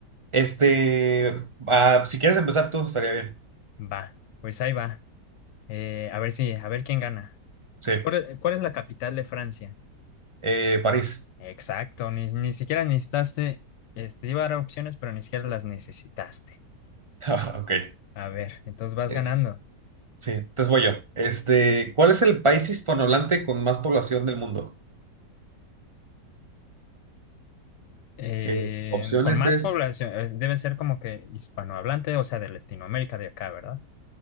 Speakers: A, on the right (about 35°); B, on the left (about 80°).
A: Este, ah, si quieres empezar tú, estaría bien.
B: Va, pues ahí va. Eh, a ver si, a ver quién gana.
A: Sí,
B: ¿Cuál, es cuál es la capital de Francia?
A: Eh, París.
B: Exacto, ni, ni siquiera necesitaste, este, iba a dar opciones, pero ni siquiera las necesitaste.
A: <laughs> Ok.
B: A ver, entonces vas
A: Eh,
B: ganando.
A: Sí, entonces voy yo. Este, ¿cuál es el país hispanohablante con más población del mundo?
B: Eh,
A: Eh, opciones
B: con más
A: es
B: población, es- debe ser como que hispanohablante, o sea, de Latinoamérica de acá, ¿verdad?